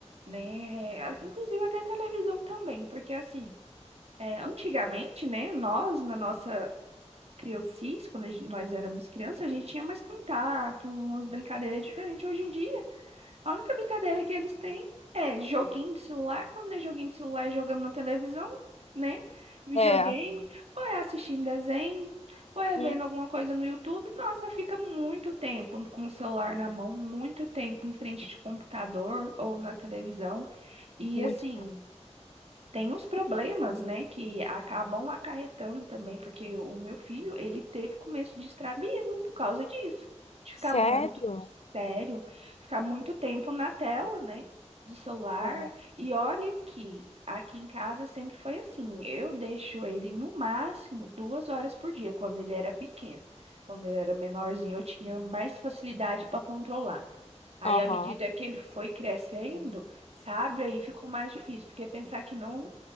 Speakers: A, on the right; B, on the left.
A: né? É, a- Inclusive até a televisão também, porque assim. É, antigamente, né, nós, na nossa criancice, quando a gen- nós éramos crianças, a gente tinha mais contato, umas brincadeiras diferentes. Hoje em dia, a única brincadeira que eles têm é joguinho de celular, quando é joguinho de celular, é jogando na televisão, né? Videogame,
B: É.
A: ou é assistindo desenho, ou é
B: Hum,
A: vendo alguma coisa no YouTube. Nossa, fica muito tempo com o celular na mão, muito tempo em frente de computador ou na televisão. E
B: muito.
A: assim tem os problemas, né, que acabam acarretando também, porque o meu filho, ele teve começo de estrabismo por causa disso, de ficar
B: Sério?
A: muito sério, ficar muito tempo na tela, né, do celular.
B: É.
A: E olha que aqui em casa sempre foi assim, eu deixo ele no máximo duas horas por dia, quando ele era pequeno. Quando ele era menorzinho, eu tinha mais facilidade para controlar. Aí,
B: Aham.
A: à medida que ele foi crescendo, sabe? Aí ficou mais difícil, porque pensar que não